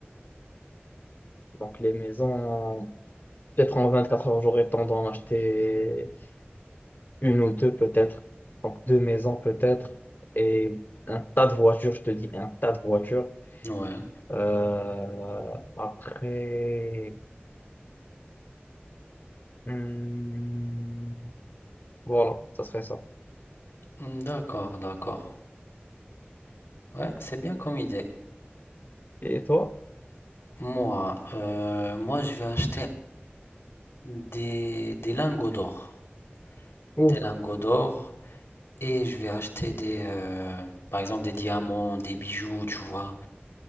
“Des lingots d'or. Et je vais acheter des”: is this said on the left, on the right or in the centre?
Left